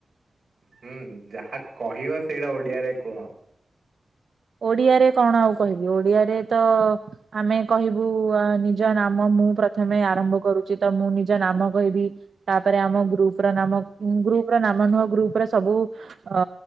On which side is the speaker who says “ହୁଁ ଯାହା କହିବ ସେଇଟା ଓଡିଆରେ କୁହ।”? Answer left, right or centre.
Right